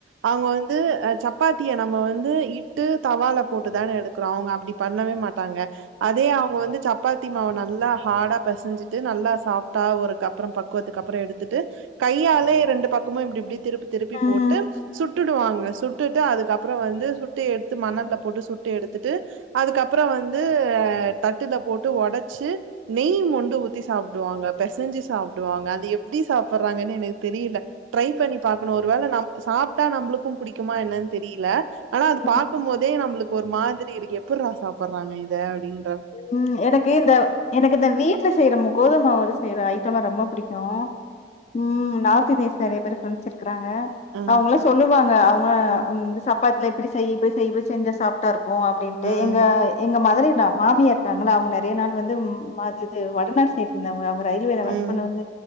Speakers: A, on the right (about 85°); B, on the left (about 35°).
A: அவுங்க வந்து சப் சப்பாத்தியை நம்ம வந்து இட்டு தவல போட்டு தான் எடுக்கிறோம் அவுங்க அப்டி பண்ணவே மாட் இருப்பாங்க அதே அவங்க வந்து சப் ச சப்பாத்தி மாவ நல்லா ஹார்டா பிசஞ்சிட்டு நல்லா சாஃப்டா ஒருக்கப்பறம் பக்குவத்துக்கு அப்பறம் எடுத்துட்டு கையாலே ரெண்டு பக்கமும் இப்டி இப்டி திருப்பி திருப்பி
B: ம். ம்,
A: போட்டு சுட்டு சுட்டுடுவாங்க சுட்டுட்டு அதுக்கப்பறம் வந்து சுட்டு எடுத்து மணல போட்டு சுட்டு எடுத்துட்டு அதுக்கப்பறம் அப்பறம் வந்த தட்டுல போட்டு உடைச்சு நெய் மொண்டு ஊத்தி சாப்படுவாங்க பெசைஞ்சு சாப்படுவாங்க அது எப்டி சாப்படுறாங்கன்னு எனக்கு தெரியல ட்ரை பண்ணி பாக்கணும் ஒரு வேள நம் சாப்பிட்டா நம்மளுக்கும் பிடிக்குமா என்னானு தெரியல ஆனா அது
B: ஆ.
A: பாக்கும்போதே நம்மளுக்கு ஒரு மாதிரி இருக்கு எப்புரா சாப்பு போடுறாங்க இத அப்படினு
B: உம் எனக்கு இந்த எனக்கு இந்த வீட்டுல செய்யற கோதும மாவுல செய்யற ஐட்டம்லா ரொம்ப பிடிக்கும் <inaudible> ம் நார்த் இந்தியன் நெறைய பேரு பிரண்ட்ஷிப் சொல்லுவருகாங்க
A: ஆ.
B: அவங்களாம் சொல்லுவாங்க அவங்க
A: ம்.
B: இந்த சாப்பாட்டுல இப்டி செய் இப்டி இப்டி செஞ்ச சாஃப்டா இருக்கும் ஓ அப்டின்ட்டு
A: ம்.
B: எங்க இந்த மாரி சமாமப் இருக்காங்களா அவங்க நெறைய நாள் வந்துது வடநாடு சைடு இருந்தவங்க அவங்க டேய்லியும் என்
A: ம். ம்.
B: ஹஸ்பெண்ட் வந்து